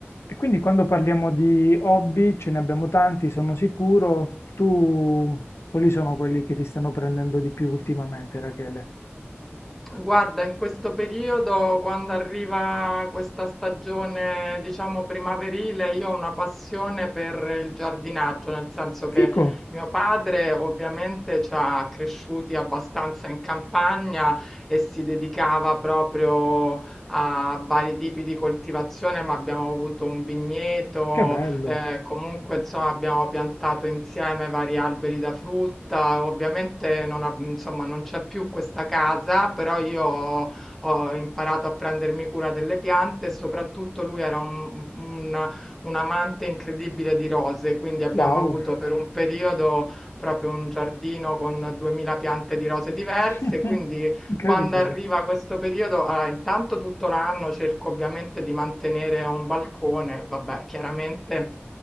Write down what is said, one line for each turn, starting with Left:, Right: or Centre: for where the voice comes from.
Left: E quindi quando parliamo di hobby, ce ne abbiamo tanti, sono sicuro. Tu, quali sono quelli che ti stanno prendendo di più ultimamente, Rachele?
Centre: Guarda, in questo periodo, quando arriva questa stagione, diciamo primaverile, io ho una passione per il giardinaggio, nel senso che
Left: Fico,
Centre: mio padre ovviamente ci ha cresciuti abbastanza in campagna e si dedicava proprio a vari tipi di coltivazione, ma abbiamo avuto un vigneto,
Left: che bello.
Centre: Ehm, comunque insomma abbiamo piantato insieme vari alberi da frutta. Ovviamente non ab insomma non c'è più questa casa, però io ho ho imparato a prendermi cura delle piante e soprattutto lui era un un un amante incredibile di rose, quindi abbiamo
Left: Wow.
Centre: avuto per un periodo proprio un giardino con 2000 piante di rose diverse,
Left: <laughs>
Centre: quindi
Left: Incredibile.
Centre: quando arriva questo periodo allora intanto tutto l'anno cerco ovviamente di mantenere ho un balcone, vabbè chiaramente